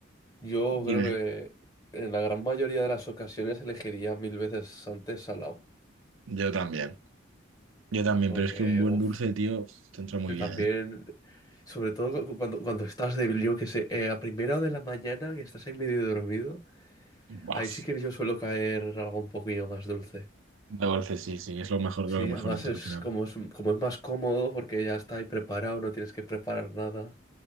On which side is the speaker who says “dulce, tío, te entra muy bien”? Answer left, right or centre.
Right